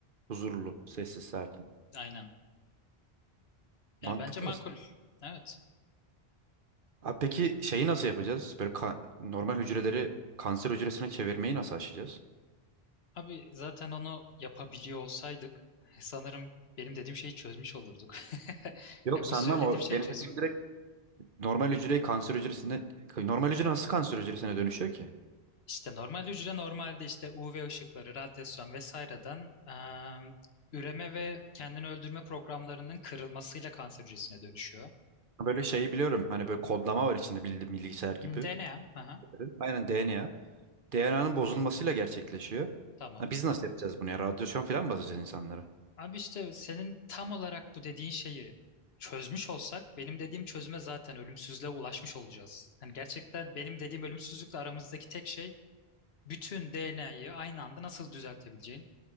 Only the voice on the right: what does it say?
huzurlu, sessiz, sakin.
Mantıklı
aslında.
Abi peki şeyi nasıl yapacağız? Böyle ka- normal hücreleri kanser hücresine çevirmeyi nasıl aşacağız?
Yok
sanmam
o.
Benim
dediğim direkt normal hücreyi kanser hücresine normal hücre nasıl kanser hücresine dönüşüyor ki?
Böyle şeyi biliyorum. Hani böyle kodlama var içinde bildi- bilgisayar gibi.
Evet. Aynen DNA. DNA'nın bozulmasıyla gerçekleşiyor.
Ha, biz nasıl yapacağız bunu ya? Radyasyon falan mı basacağız insanlara?